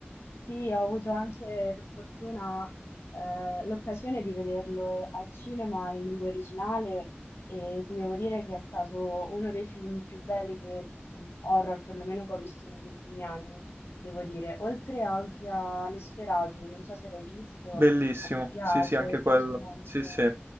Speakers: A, on the left (about 80°); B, on the right (about 65°).
A: Sì, ho avuto anche per fortuna eh, l'occasione di vederlo al cinema in lingua originale e ti devo dire che è stato uno dei film più belli che, mh, horror perlomeno che ho visto negli ultimi anni, devo dire. Oltre anche a Nosferatu, non so se l'hai visto,
B: Bellissimo,
A: a me piace,
B: sì sì anche
A: piace
B: quello,
A: molto
B: sì sì,